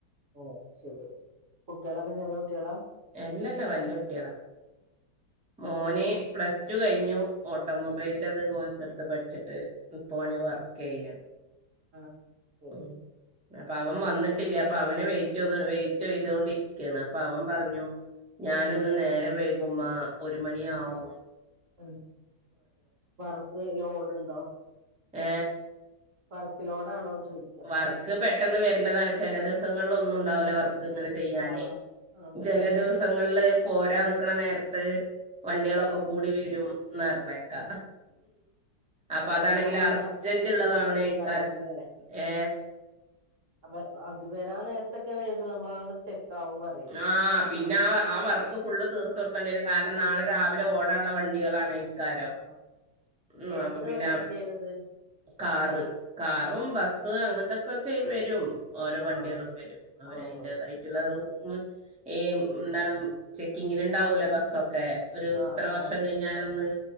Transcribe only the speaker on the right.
ഓ ശരി കുട്ടിയോളൊക്കെ ചെറിയ കുട്ടിയോളാ?
ആഹ്
ആഹ് ശരി
ഉം
ഉം വർക്കേ ലോഡ് ഉണ്ടോ
വർക്ക് ലോടാണോ ചോയി
ആഹ് ആഹ്
വന്ന്
ആഹ്
വന്നാ പിന്നെ
അത്
സ്റ്റക്ക് ആവുംല്ലേ
അപ്പോ അത് വരാൻ നേരത്തൊക്കെ വരുമ്പോഴ് നമ്മളവിടെ സ്റ്റക്ക് ആകുംന്ന് പറയും
ആഹ്
എന്ത്
വണ്ടിന്റെയാണിത്
ആഹ്
ആഹ്
ആഹ്
ആഹ്